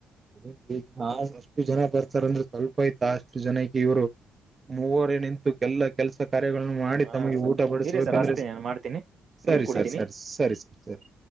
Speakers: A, on the right; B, on the right.
A: ಒಂದು ಇಬ್ರು ಅಷ್ಟು ಜನ ಬರ್ತಾರಂದ್ರೆ ಸ್ವಲ್ಪ ಆಯ್ತ ಅಷ್ಟು ಜನಕ್ಕೆ ಇವ್ರು ಮೂವರು ನಿಂತು ಎಲ್ಲ ಕೆಲ್ಸ ಕಾರ್ಯಗಳನ್ನು ಮಾಡಿ
B: ಹಾ
A: ತಮಗೆ
B: ಸರ್
A: ಊಟ ಬಡಿಸ್ಬೇಕಂದ್ರೆ
B: ಇರಿ ಸರ್ ಹಚ್ತೀನಿ ನಾನ್ ಮಾಡ್ತೀನಿ
A: ಸರಿ
B: ನೀರ್ ಕುಡಿತೀನಿ.
A: ಸರ್ ಸರಿ ಸರಿ ಸ ಸರಿ